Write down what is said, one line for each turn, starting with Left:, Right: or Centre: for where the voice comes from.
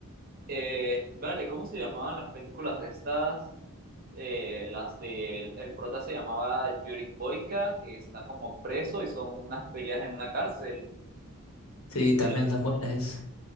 Right: Eh, vale, ¿cómo se llamaban las películas de estas? Eh, las del el prota se llamaba Yuri Boyka, que está como preso y son unas peleas en una cárcel.
Left: Sí, también
Right: Eh,
Left: tan buenas es,